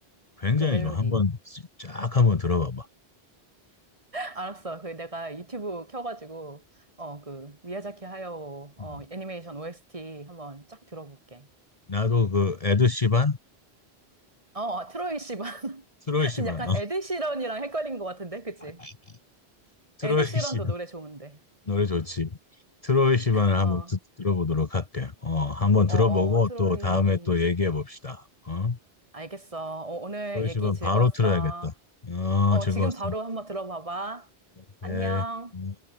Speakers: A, on the left (about 35°); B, on the right (about 30°).
A: 굉장히
B: 그 멜로디.
A: 좋아. 한번 쫙 한번 들어봐봐.
B: 알았어. 그 내가 유튜브 켜가지고 어 그 미야자키 하야오 어
A: 음.
B: 애니메이션 OST 한번 쫙 들어볼게.
A: 나도 그 에드 시반,
B: 어, 어, 트로이 씨 봐. <laughs>
A: 트로이 시반,
B: 지금 약간
A: 어,
B: 에드 시런이랑 헷갈린 것 같은데, 그치?
A: <laughs> 트로이
B: 에드 시런도
A: 시반
B: 노래 좋은데.
A: 노래 좋지. 트로이 시반을
B: 어,
A: 한번 듣- 들어보도록 할게. 어, 한번
B: 어,
A: 들어보고
B: 어, 트로이.
A: 또 다음에 또 얘기해 봅시다. 어?
B: 알겠어. 어, 오늘
A: 트로이
B: 얘기
A: 시반
B: 즐거웠어.
A: 바로 틀어야겠다. 어,
B: 어,
A: 즐거웠어.
B: 지금 바로 한번 들어봐봐.
A: 오케이.
B: 안녕.
A: 음.